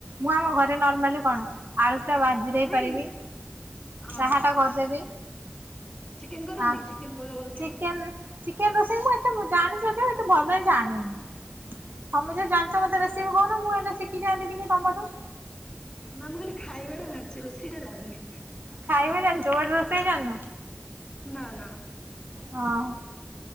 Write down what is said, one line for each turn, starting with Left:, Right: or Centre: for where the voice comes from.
Right: ମୁଁ ଆମ ଘରେ ନର୍ମାଲି କଣ ଆଳୁଟା ଭାଜି ଦେଇ
Left: ନାଇଁ
Right: ପାରିବି
Left: ହଁ
Right: ଚାହାଟା କରିଦେବି।
Left: ଚିକେନ କରନି
Right: ଆ
Left: ଚିକେନ କହୁଚ ଭଲ ଲାଗେ।
Right: ଚିକେନ ଚିକେନ ରୋଷେଇ ମୁଁ ଏତେ ଜାଣିଚି ଏତେ ଭଲରେ ଜାଣିନି। ତମେ
Left: ଆଚ୍ଛା
Right: ଜଦି
Left: ଆଚ୍ଛା।
Right: ଜାଣିଛ ମତେ ରିସିପି କହୁନ ମୁଁ ହେଲେ ଶିଖି ଯଆନ୍ତି ଟିକେ ତମଠୁ।
Left: ନା ମୁଁ କାଲି ଖାଇବା ଟା ଜାଣିଛି ରୋଷେଇ ଟା ଜାଣିିନି।
Right: ଖାଇବା ଜାଣିଛ ବଟ ରଷେଇ ଜାଣିନ।
Left: ନା ନା।
Right: ହଁ